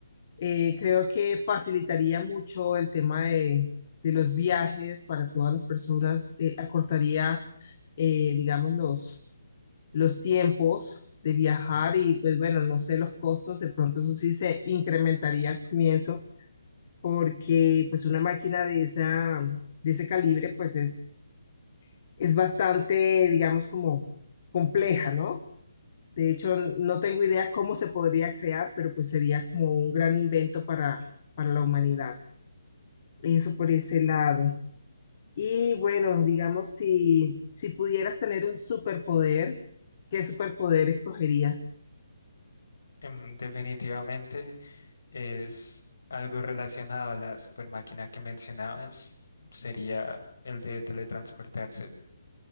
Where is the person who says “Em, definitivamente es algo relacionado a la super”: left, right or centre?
Left